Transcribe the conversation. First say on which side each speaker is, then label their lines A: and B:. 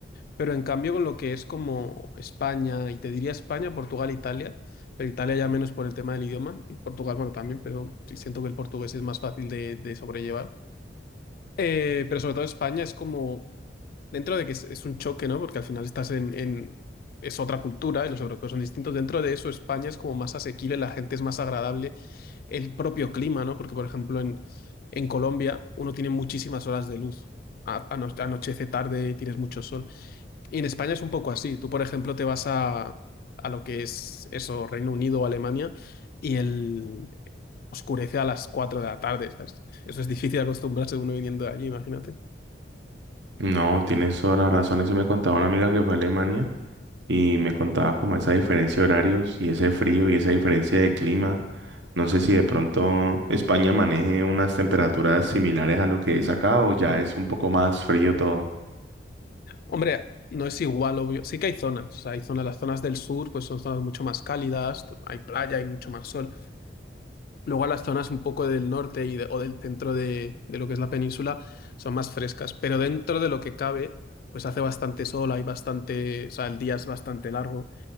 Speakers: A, on the left; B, on the right.
A: Pero en cambio con lo que es como España, y te diría España, Portugal, Italia, pero Italia ya menos por el tema del idioma, y Portugal, bueno, también, pero sí siento que el portugués es más fácil de de sobrellevar. Eh, pero sobre todo España es como dentro de que es, es un choque, ¿no? Porque al final estás en, en- es otra cultura y los europeos son distintos. Dentro de eso, España es como más asequible, la gente es más agradable, el propio clima, ¿no? Porque, por ejemplo, en, en Colombia uno tiene muchísimas horas de luz. A- ano- Anochece tarde, tienes mucho sol. Y en España es un poco así. Tú, por ejemplo, te vas a, a lo que es eso, Reino Unido o Alemania, y el oscurece a las 4 de la tarde, ¿sabes? Eso es difícil acostumbrarse uno viniendo de allí, imagínate.
B: No, tienes toda la razón. Eso me contaba una amiga que fue a Alemania y me contaba como esa diferencia de horarios y ese frío y esa diferencia de clima. No sé si de pronto España maneje unas temperaturas similares a lo que es acá o ya es un poco más frío todo.
A: Hombre, no es igual, obvio. Sí que hay zonas. O sea, hay zonas, las zonas del sur, pues son zonas mucho más cálidas, hay playa, hay mucho más sol. Luego a las zonas un poco del norte y de- o del centro de, de lo que es la península son más frescas. Pero dentro de lo que cabe, pues hace bastante sol, hay bastante, o sea, el día es bastante largo.